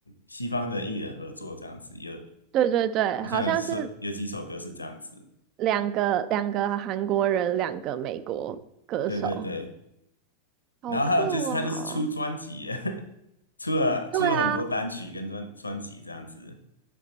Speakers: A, on the left; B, on the right.
A: 西方的艺人合作这样子，有
B: 对对对，
A: 好像有是有几首歌是这样子。
B: 好像是两个两个韩国人，两个美国歌手，
A: 对对对，
B: 好酷哦！
A: 然后还有就是他就是出专辑耶 <laughs> 出了出了很多单曲跟专专辑这样子。
B: 对啊，